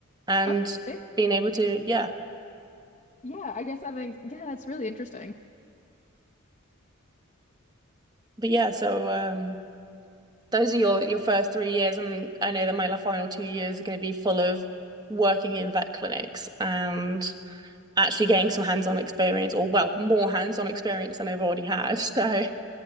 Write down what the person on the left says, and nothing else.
Okay.
Yeah, I guess that makes, yeah, that's really interesting.